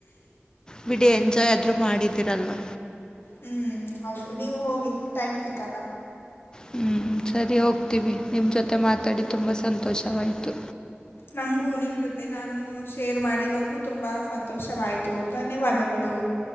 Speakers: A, on the left (about 20°); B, on the left (about 65°).
A: ಬಿಡಿ ಎಂಜಾಯ್ ಆದ್ರೂ ಮಾಡಿದ ತ್ತರಲ್ವಾ
B: ಹ್ಮ್ ಹೌದು ನೀವು ಹೋಗಿ ಟೈಮ್ ಸಿಕ್ಕಾಗ
A: ಹ್ಮ್ ಸರಿ ಹೋಗ್ತೀವಿ ನಿಮ್ಮ ಜೊತೆ ಮಾತಾಡಿ ತುಂಬ ಸಂತೋಷವಾಯ್ತು
B: ನಂಗೂ ನಿಮ್ ಜೊತೆ ನಾನು ಶೇರ್ ಮಾಡಿ ನಂಗೂ ತುಂಬಾ ಸಂತೋಷವಾಯ್ತು ಧನ್ಯವಾದಗಳು